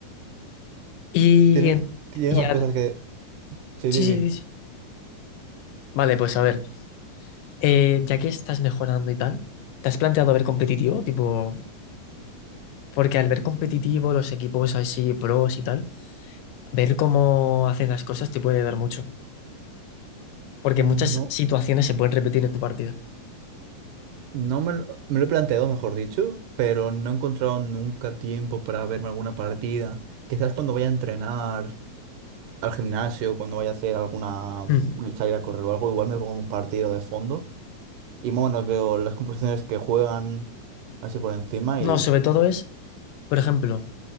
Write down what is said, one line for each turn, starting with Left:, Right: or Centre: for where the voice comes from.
Left: Y,
Right: Tiene,
Left: en-
Right: tiene
Left: y
Right: más
Left: al-
Right: cosas que... Sí,
Left: sí,
Right: Didi.
Left: sí, sí. sí. Vale, pues a ver. eh, ya que estás mejorando y tal, ¿te has planteado ver competitivo? Tipo, porque al ver competitivo, los equipos así, pros y tal. ver cómo hacen las cosas te puede dar mucho, porque
Right: No,
Left: muchas situaciones se pueden repetir en tu partida.
Right: no me lo, me lo he planteado, mejor dicho, pero no he encontrado nunca tiempo para verme alguna partida. Quizás cuando vaya a entrenar al gimnasio, cuando vaya a hacer alguna mm,
Left: Mm.
Right: salir a correr o algo, igual me pongo un partido de fondo y más o menos veo las composiciones que juegan así por encima
Left: No,
Right: y
Left: sobre todo es, por ejemplo,